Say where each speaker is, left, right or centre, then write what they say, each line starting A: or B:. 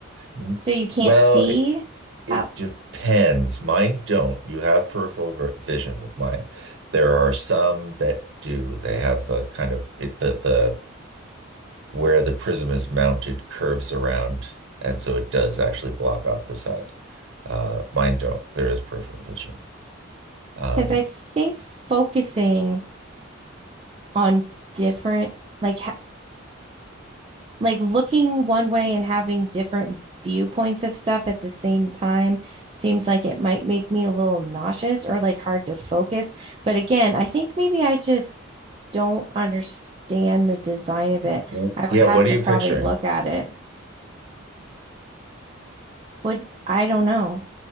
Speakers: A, on the right (about 60°); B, on the right (about 30°).
A: N-
B: so you can't
A: Well,
B: see
A: It
B: out?
A: depends. Mine don't. You have peripheral ver- vision with mine. There are some that do. They have a kind of it, the the where the prism is mounted curves around, and so it does actually block off the side. Uh, mine don't. There is peripheral vision. Um,
B: Because I think focusing on different like ha like looking one way and having different viewpoints of stuff at the same time seems like it might make me a little nauseous or like hard to focus. But again, I think maybe I just don't understand the design of it.
A: w-
B: I would
A: yeah,
B: have
A: what
B: to
A: are you
B: probably
A: picturing?
B: look at it, but I don't know.